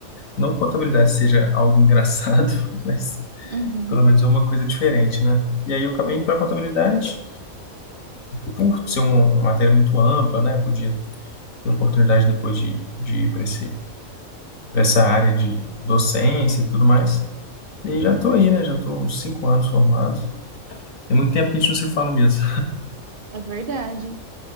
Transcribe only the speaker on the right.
uhum,
é verdade.